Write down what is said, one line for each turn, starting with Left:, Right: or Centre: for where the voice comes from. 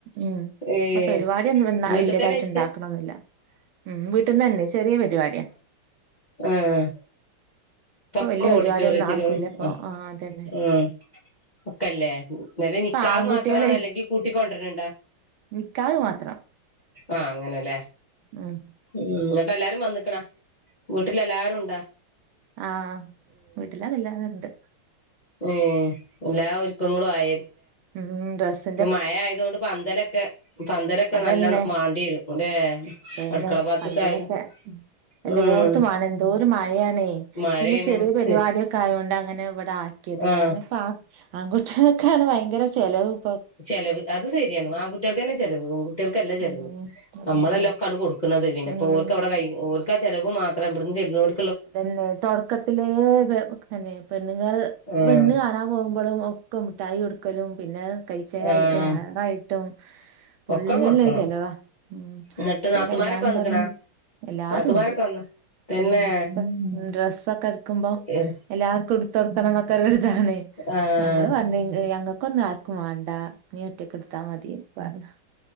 Right: ഉം
Left: ഏഹ്
Right: അപ്പൊ പരിപാടിയ ഒന്നും
Left: വീട്ടിൽ
Right: വലിയതായിട്ട്
Left: തന്നെ വെച്ചിട്ട്
Right: ഇണ്ടാക്കണെന്നില്ല. ഉം വീട്ടന്ന് തന്നെ ചെറിയ പരിപാടിയാ
Left: ആാാ പക്ക
Right: ഇപ്പൊ വല്യ പരിപാടിയൊന്നും
Left: ഓഡിറ്റോറിയത്തിലും
Right: ആക്കൂല ഇപ്പൊ
Left: <unintelligible>
Right: ആ അതന്നെ
Left: <unintelligible>
Right: ഇപ്പൊ
Left: നിക്കാഹ്
Right: ആൺകുട്ടികളെ
Left: മാത്രാണോ അല്ലെങ്കിൽ കൂട്ടിക്കൊണ്ടുവരണ്ടോ
Right: നിക്കാഹ് മാത്രം
Left: ആഹ് അങ്ങനല്ലേ
Right: ഉം
Left: ഉം എന്ന്‌ട്ട് എല്ലാരും വന്നിക്കണാ വീട്ടിൽ എല്ലാരും ഉണ്ടാ
Right: ആ വീട്ടില് അതെല്ലാണ്ട്
Left: ഉം എല്ലാ ഒരുക്കങ്ങളും ആയി
Right: ഉം ഡ്രെസ്സ്
Left: ഇപ്പൊ മഴ ആയത കൊണ്ട് പന്തലൊക്കെ പന്തലൊക്കെ
Right: അതന്നെ
Left: നല്ല വാണ്ടി വരും അല്ലെ
Right: അതന്നെ
Left: അടുക്കള ഭാഗത്തൊക്കെ
Right: പന്തലൊക്കെ
Left: ആയാലും
Right: അല്ലെ
Left: ഉം
Right: ഓർത്തു <unintelligible> എന്തോരു മഴയാണേ
Left: മഴയാണ്
Right: പിന്നെ ചെറിയ പരിപാടിയൊക്കെ
Left: ശരി
Right: ആയൊണ്ട് അങ്ങനെ ഇവിടെ ആക്കിയത്
Left: ആഹ്
Right: കാരണം ഇപ്പം ആ ആൺകുട്ടികൾക്കൊക്കെയാണ് ഭയങ്കര ചെലവും
Left: ചെലവ് അത് ശെരിയാണ് ആൺകുട്ടികൾക്ക് തന്നെ ചെലവ് പെൺകുട്ടികൾക്ക് കല്ലേ ചിലവ്
Right: ഉം അതന്നെ
Left: നമ്മളെല്ലാം ഒക്കാണ് കൊടുക്കുന്നത് പിന്നെവിടെ
Right: ഉം
Left: ചിലവ് മാത്ര ഇവിടുന്ന് ചെല്ലാണോർ
Right: അതന്നെ തുടക്കത്തിലെ പിന്നെ പെണ്ണുങ്ങള്
Left: ആഹ്
Right: പെണ്ണ് കാണാൻ പോകുമ്പോഴും ഒക്കെ മുഠായി കൊടുക്കലും പിന്നെ കൈച്ചേനായിട്ടും
Left: ആഹ്
Right: മെഹറായിട്ടും ഫുള്ള്
Left: ഒക്കെ കൊടുക്കണം
Right: ചെലവാ ഉ
Left: എന്നിട്ട്
Right: പിന്നെ
Left: നാത്തുമാരൊക്കെ
Right: കല്യാണം
Left: വന്നിക്കണാ
Right: പറഞ്ഞു എല്ലാരും
Left: നാത്തുമാരൊക്കെ
Right: ഉണ്ട്
Left: വന്ന തന്നെ
Right: ഉം മ്മ് ഡ്രസ്സൊക്കെ എടുക്കുമ്പോ
Left: ആഹ്
Right: എല്ലാവർക്കും എടുത്ത് കൊടുക്കണം എന്നൊക്കെരിതാണ്
Left: ആഹ്
Right: ഞങ്ങ <unintelligible> ഞങ്ങൾക്കൊന്നും ആർക്കും വേണ്ട നീ ഒറ്റക്കെടുത്താ മതിന്ന് പറഞ്ഞ്